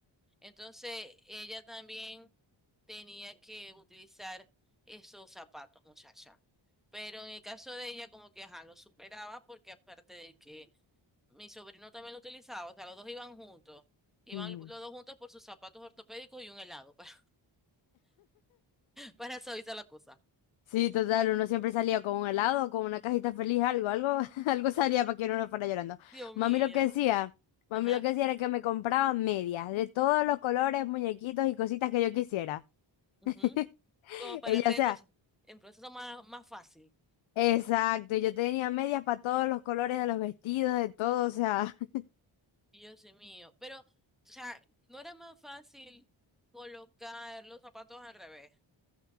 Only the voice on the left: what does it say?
Ujú.
Sí, total, uno siempre salía con un helado, con una cajita feliz, algo, algo, <laughs> algo salía para que uno no fuera llorando.
Mami lo que decía, mami
lo que decía era que me compraba medias de todos los colores, muñequitos y cositas que yo quisiera.
<laughs>
Ella,
o sea,
exacto, yo tenía medias para todos los colores de los vestidos, de todo, o sea, <laughs>